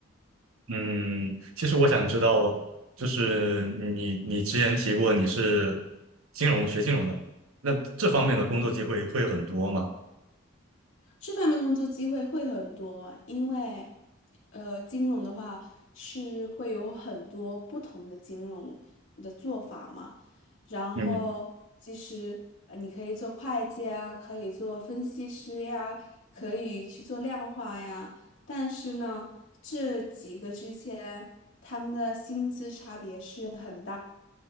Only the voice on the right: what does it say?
嗯，其实我想知道，就是你你之前提过你是金融学金融的，那这方面的工作机会会很多吗？
嗯。